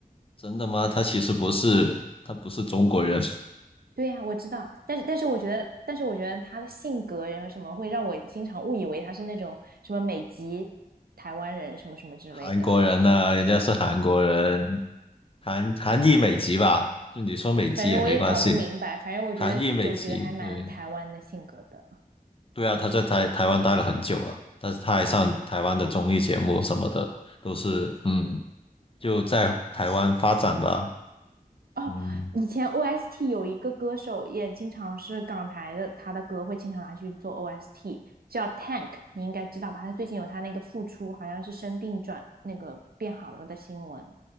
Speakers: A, on the left; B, on the right.
A: 真的吗？他其实不是，他不是中国人，
B: 对呀，我知道，但是但是我觉得，但是我觉得他的性格然后什么会让我经常误以为他是那种什么美籍台湾人什么什么之类的。
A: 韩国人呐、人家是韩国人，韩韩裔美籍吧？就你说美籍也没关系，
B: 反正我也搞不明白，反正我觉得九哲还蛮台湾的性格的
A: 韩裔美籍，对对啊，他在台台湾待了很久了，但是他还上台湾的综艺节目什么的，都是嗯，就在台湾发展吧，
B: 哦。
A: 嗯，
B: 以前 OST 有一个歌手也经常是港台的，他的歌会经常拿去做 OST，叫 Tank，你应该知道吧？他最近有他那个复出，好像是生病转那个变好了的新闻。